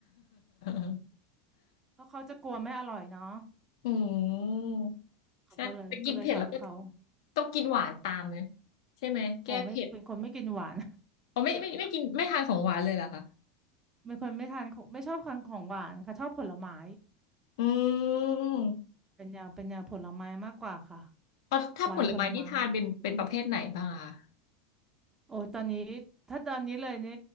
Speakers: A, on the left; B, on the right.
A: <laughs>
B: เพราะเขาจะกลัวไม่อร่อยเนาะ
A: อืม
B: เขาก็เลยก็เลยสอนเขา
A: ใช่แต่กินเผ็ดแล้วก็ต้องกินหวานตามเลยใช่ไหมแก้เผ็ด
B: อ๋อไม่เป็นคนไม่กินหวาน
A: อ๋อไม่ไม่ไม่กินไม่ทานของหวานเลยเหรอคะ
B: เป็นคนไม่ทานของไม่ชอบทานของหวานค่ะชอบผลไม้
A: อืม
B: เป็นแนวเป็นแนวผลไม้มากกว่าค่ะ
A: อ๋อถ้าผลไม้นี่ทานเป็นเป็นประเภทไหนบ้างอะคะ
B: หวานผลไม้โอ้ยตอนนี้ถ้าตอนนี้เลยนี่